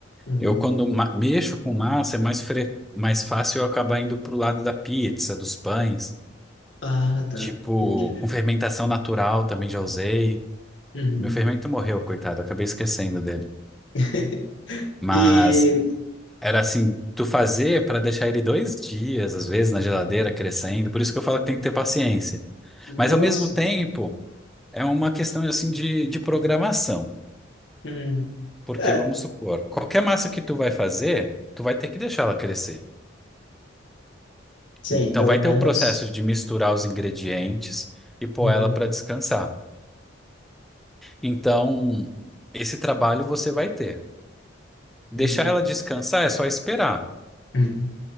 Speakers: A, on the left; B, in the centre.
A: Uhum.
B: Eu, quando ma- mexo com massa, é mais, fre- mais fácil eu acabar indo pro lado da pizza, dos pães.
A: Ah, tá.
B: Tipo,
A: Entendi.
B: com fermentação natural também já usei.
A: Uhum.
B: Meu fermento morreu, coitado, acabei esquecendo dele.
A: <laughs>
B: Mas
A: E,
B: Era assim, tu fazer para deixar ele dois dias, às vezes, na geladeira crescendo. Por isso que eu falo que tem que ter paciência.
A: nossa.
B: Mas ao mesmo tempo, é uma questão assim de, de programação.
A: Uhum.
B: Porque,
A: É,
B: vamos supor, qualquer massa que tu vai fazer, tu vai ter que deixar ela crescer.
A: sim,
B: Então
A: pelo
B: vai
A: menos.
B: ter o processo de misturar os ingredientes e pôr
A: Uhum.
B: ela para descansar. Então, esse trabalho você vai ter. Deixar
A: Uhum.
B: ela descansar é só esperar.
A: Uhum.